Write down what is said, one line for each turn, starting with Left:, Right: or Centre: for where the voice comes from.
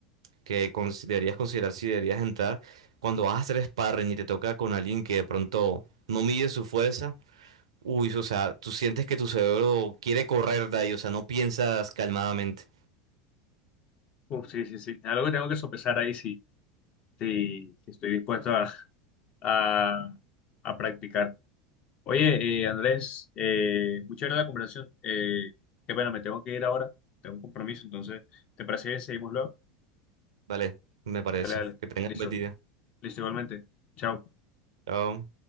Right: que cons- deberías considerar si deberías entrar cuando vas a hacer sparring y te toca con alguien que de pronto no mide su fuerza. Uy, o sea, tú sientes que tu cerebro quiere correr de ahí, o sea, no piensas calmadamente.
Left: Uf, sí, sí, sí. Algo que tengo que sopesar ahí, sí, sí, sí estoy dispuesto a, a, a practicar. Oye, eh, Andrés, eh, muchas gracias por la conversación. Eh, qué pena, me tengo que ir ahora. Tengo un compromiso, entonces, ¿te parece bien seguimos luego?
Right: Vale, me parece.
Left: Dale, dale.
Right: Que tengas
Left: Listo.
Right: un buen día.
Left: Listo, igualmente. Chao.
Right: Chao.